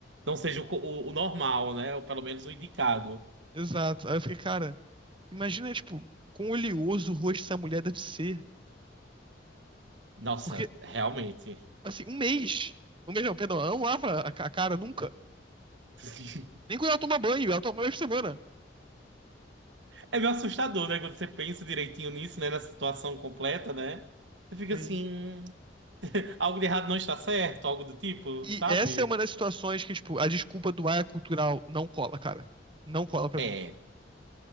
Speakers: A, on the right (about 70°); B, on the right (about 30°).
A: não seja o, co- o, o normal, né? Ou pelo menos o indicado.
B: Exato. Aí eu fiquei, cara, imagina, tipo, quão oleoso o rosto dessa mulher deve ser.
A: Nossa,
B: Porque,
A: realmente.
B: assim, um mês. Um mês não, perdão, ela não lava a ca- a cara nunca.
A: <laughs>
B: Nem quando ela toma banho, ela toma uma vez por semana.
A: É meio assustador, né? Quando você pensa direitinho nisso, né? Na situação completa, né? Você fica
B: Sim.
A: assim, "Hum, algo de errado não está certo, algo do tipo,
B: E
A: sabe?
B: essa é uma das situações que, tipo, a desculpa do ar é cultural não cola, cara. Não cola pra
A: É,
B: mim.